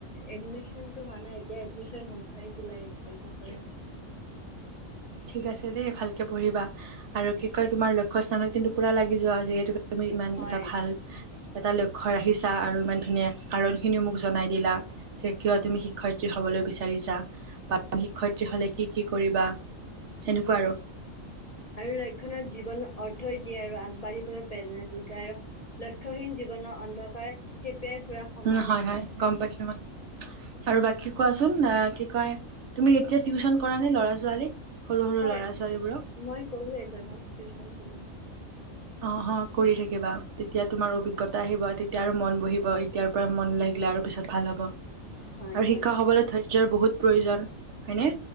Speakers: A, on the left; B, on the right.
A: এদমিচনটো হোৱা নাই, এতিয়া এডমিচন হ'বহে জুলাই এক তাৰিখৰ পৰা।
B: ঠিক আছে দেই ভালকে পঢ়িবা আৰু কি কয় তোমাৰ লক্ষ্য স্থানত কিন্তু পোৰা লাগি যোৱা যিহেতু তুমি ইমান
A: হয়
B: এটা ভাল এটা লক্ষ্য ৰাখিছা আৰু ইমান ধুনীয়া কাৰণখিনিও মোক জনাই দিলা, যে কিয় তুমি শিক্ষয়িত্ৰী হ'বলৈ বিচাৰিছা, বা শিক্ষয়ত্ৰী হ'লে কি কি কৰিবা সেনেকুৱা আৰু
A: আৰু লক্ষ্যই ন জীৱনত অৰ্থ দিয়ে আৰু আগবাঢ়িবলৈ প্ৰেৰণা যোগায়। লক্ষ্যহীন জীৱনৰ অন্ধকাৰ পে ফুৰা সমানেই
B: উম
A: হয়।
B: গম পাইছো মই আৰু বাকী কোৱাচোন কি কয়? তুমি এতিয়া টিউশ্যন কৰা নে ল'ৰা ছোৱালীক? সৰু সৰু
A: হয়।
B: ল'ৰা ছোৱালীবোৰক?
A: মই কৰো এজনক, টিউশ্যন কৰো।
B: অ' হ, কৰি থাকিবা। তেতিয়া তোমাৰ অভিজ্ঞতা আহিব তেতিয়া আৰু মন বহিব এতিয়াৰ পৰা মন লাগিলে আৰু পিছত ভাল হব। আৰু
A: হয় হয়
B: শিক্ষা হবলৈ ধৈ ৰ্য্যৰ বহুত প্ৰয়োজন, হয়নে?